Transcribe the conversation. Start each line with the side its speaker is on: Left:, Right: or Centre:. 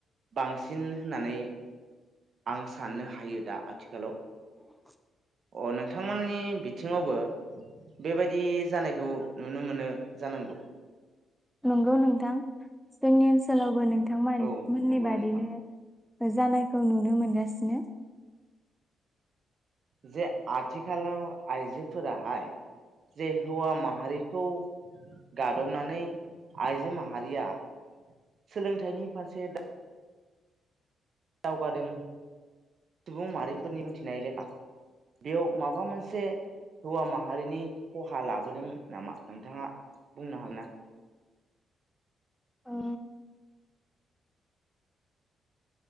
Right: बांसिन होननानै आं साननो हायो दा। आथिखालाव
Centre: <inaudible>
Right: अ नोंथांमोननि बिथिङावबो बेबायदि दि जानायखौ नुनो मोनो जानांगौ
Centre: नंगौ नोंथां जोंनि ओनसोलावबो नोंथांमोन
Right: औ
Centre: मोननि
Right: नंगौ
Centre: बादिनो
Right: नोंथां
Centre: जानायखौ नुनो मोनगासिनो
Right: जे आथिखालाव आइजोफोराहाय जे हौवा माहारिखौ गादबनानै आइजो माहारिया सोलोंथाइनि फारसे दावगादों सुबुं माहारिफोरनि बुंथिनाय लेखा बेयाव माबा मोनसे हौवा माहारिनि खहा लाबोदों नामा नोंथाङा बुंनो हागोनना?
Centre: औ